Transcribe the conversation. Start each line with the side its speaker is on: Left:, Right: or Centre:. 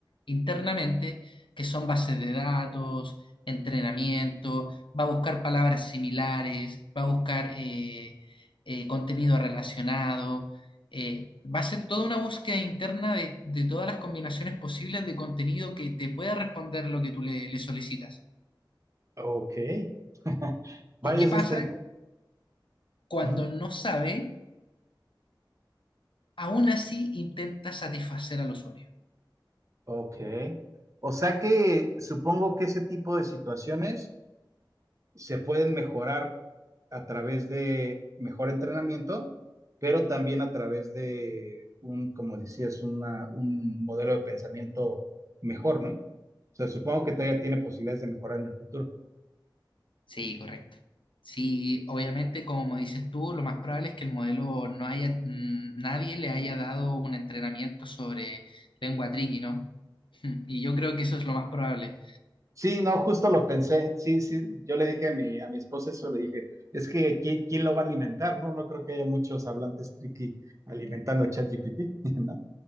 Left: internamente, que son bases de datos, entrenamiento, va a buscar palabras similares, va a buscar eh, eh, contenido relacionado. eh, va a ser toda una búsqueda interna de, de todas las combinaciones posibles de contenido que te pueda responder lo que tú le le solicitas.
Right: Ok. <laughs> Vaya,
Left: ¿Y qué
Right: eso
Left: pasa
Right: está. in-
Left: cuando
Right: Ujú.
Left: no sabe? aún así intenta satisfacer al usuario.
Right: Ok. O sea que supongo que ese tipo de situaciones se pueden mejorar a través de mejor entrenamiento, pero también a través de un, como decías, una- un modelo de pensamiento mejor, ¿no? O sea, supongo que todavía tiene posibilidades de mejorar en el futuro.
Left: Sí, correcto. Sí, obviamente, como dices tú, lo más probable es que el modelo no haya, mm, nadie le haya dado un entrenamiento sobre lengua triqui, ¿no? <laughs> Y yo creo que eso es lo más probable.
Right: Sí, no, justo lo pensé. Sí, sí, yo le dije a mi, a mi esposa eso, le dije, es que ¿quién, quién lo va a alimentar? No, no creo que haya muchos hablantes tricky alimentando a ChatGPT, <laughs> ¿no?